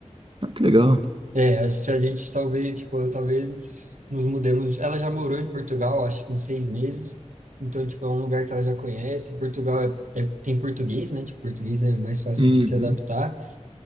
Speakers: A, on the right; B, on the right.
A: Ah, que legal.
B: É, a- se a gente talvez, tipo, eu talvez nos mudemos. Ela já morou em Portugal, acho que uns seis meses. Então, tipo, é um lugar que ela já conhece. Portugal é, é- tem português, né? Tipo, português é mais fácil
A: Uhum.
B: de se adaptar.